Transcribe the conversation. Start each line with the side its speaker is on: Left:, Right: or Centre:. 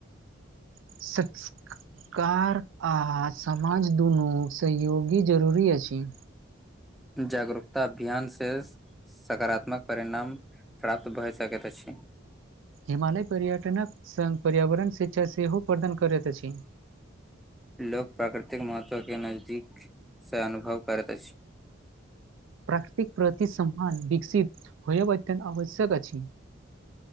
Right: <unintelligible> कार आ समाज दुनू सहयोगी जरूरी अछि।
Centre: जागरूकता अभियान से साकारातात्मक परिणाम प्राप्त भए सकैत अछि।
Right: हिमालय पर्यटनक सङ्ग पर्यावरण शिक्षा सेहो प्रदान करैत अछि।
Centre: लोक प्राकृतिक महत्वके नजदीकसँ अनुभव करैत अछि।
Right: प्राकृतिक प्रति समान विकसित होय अत्यत आवश्यक अछि।